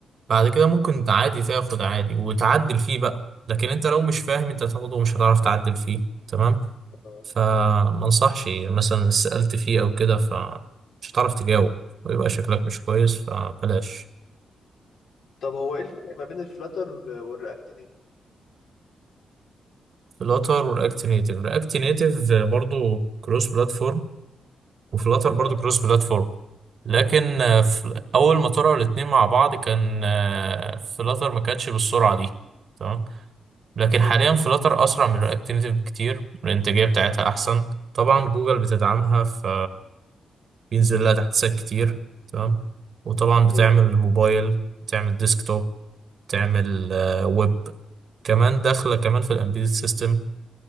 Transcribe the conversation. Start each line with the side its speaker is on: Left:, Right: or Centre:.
Right: بعد كده ممكن عادي تاخد عادي وتعدل فيه بقى لكن أنت لو مش فاهم أنت هتاخده ومش هتعرف تعدل فيه تمام
Left: اه
Right: فما انصحش يعني مثلا سألت فيه أو كده فمش هتعرف تجاوب ويبقى شكلك مش كويس فبلاش
Left: طب هو ايه الفرق ما بين الفلاتر والرياكت نيتف
Right: فلاتر ورياكت نيتف رياكت نيتف برضو كروس بلاتفورم وفلاتر
Left: اه
Right: برضو كروس بلاتفورم لكن آه، في أول ما طلعوا الاتنين مع بعض كان فلاتر ما كانتش بالسرعة دي تمام لكن
Left: اه
Right: حاليا فلاتر أسرع من رياكت نيتف بكتير والإنتاجية بتاعتها أحسن طبعا جوجل بتدعمها ف بينزل لها تحت سات كتير تمام وطبعا بتعمل
Left: اه
Right: موبايل بتعمل ديسكتوب بتعمل آه، ويب كمان داخلة كمان في الامبيد سيستم